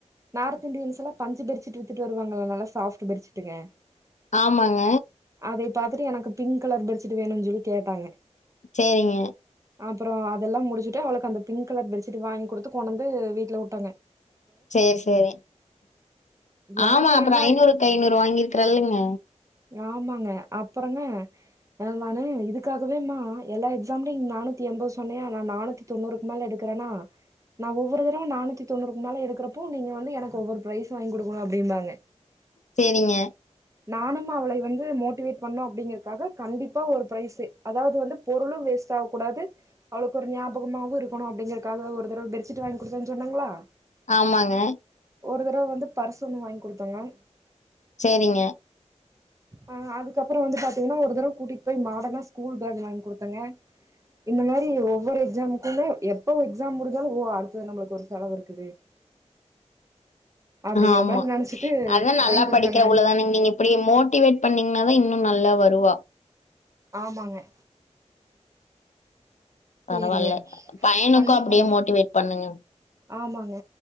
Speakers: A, on the right (about 25°); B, on the left (about 75°).
A: நார்த் இன்டியன்ஸ் எல்லா பஞ்சு பெர்ச்சிட்டு வித்துட்டு வருவாங்கல்ல நல்லா சாஃப்ட்டு பெர்ச்சிட்டுங்க
B: ஆமாங்க.
A: அதைய பாத்துட்டு எனக்கு பிங்க் கலர் பெர்ச்சிட்டு வேணுன் சொல்லி கேட்டாங்க.
B: சேரிங்க.
A: அப்புறோ அதெல்லா முடிச்சுட்டு அவுளுக்கு அந்த பிங்க் கலர் பெர்ச்சிட்டு வாய்ங் குடுத்து கொண்டந்து வீட்ல உட்டங்க.
B: சேர் சேரி
A: எனக்கு
B: ஆமா அப்புறோ
A: என்ன
B: ஐநூறுக்கு ஐநூறு வாங்கிருக்றா இல்லங்க.
A: ஆமாங்க அப்பறங்க அ நானு இதுக்காகவேமா எல்லா எக்ஸாம்லய் நானூத்தி எம்பது சொன்னையா நா நானூத்தி தொண்ணூறுக்கு மேல எடுக்குறனா நா ஒவ்வொரு தடவ நானூத்தி தொண்ணூறுக்கு மேல எடுக்குறப்போ நீங்க வந்து எனக்கு ஒவ்வொரு ப்ரைஸ் வாங்கி குடுக்கணு அப்டிம்பாங்க.
B: சேரிங்க.
A: நானும்மு அவளைய வந்து மோட்டிவேட் பண்ணு அப்டிங்கறக்காக கண்டிப்பா ஒரு ப்ரைஸு அதாவது வந்து பொருளு வேஸ் டாவ் கூடாது. அவுளுக்கு ஒரு ஞாபகமாவு இருக்கணு அப்டிங்கறக்காக ஒரு தடவ பெர்ச்சிட்டு வாய்ங் குடுத்தன் சொன்னங்ளா
B: ஆமாங்க.
A: ஒரு தடவ வந்து பர்சு ஒன்னு வாய்ங் குடுத்தங்க.
B: சேரிங்க.
A: அ அதுக்கப்புறோ வந்து பாத்தீங்கன்னா ஒரு தடவ கூட்டிட் போய் மாடனா ஸ்கூல் பேக் வாய்ங் குடுத்தங்க. இந்த மாரி ஒவ்வொரு எக்ஸாம்க்குமே எப்ப ஒ எக்ஸாம் முடிஞ்சாலு ஓ அடுத்தது நம்புளுக்கு ஒரு செலவு இருக்குது அப்படிங்கிற
B: ஆமா
A: மாரி நெனைச்சிட்டு
B: அதா நல்லா
A: வாங்கி குடுத்தங்க
B: படிக்கிற புள்ளதானங் நீங்க இ ப்பிடி மோட்டிவேட் பண்ணீங்ன்னா தா இன்னு நல்லா வருவா.
A: ஆமாங்க.
B: பரவால்ல
A: சேரிங்க
B: பையனுக்கு
A: கண்டிப்பாங்க
B: அப்டியே மோட்டிவேட் பண்ணுங்க.
A: ஆமாங்க.